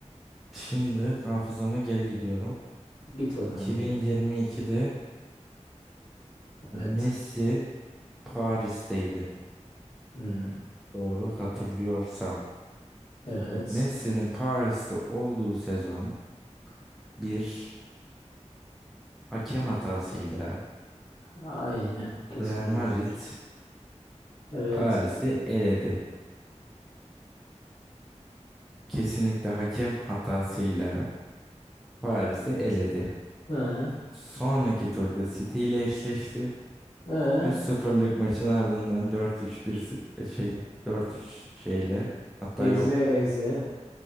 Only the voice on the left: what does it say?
Git bakalım
geri. Evet.
Hmm.
Evet.
Aynen. Kesin
öyle
yapmıştır. Evet.
Hı.
Hı.
Eze
eze.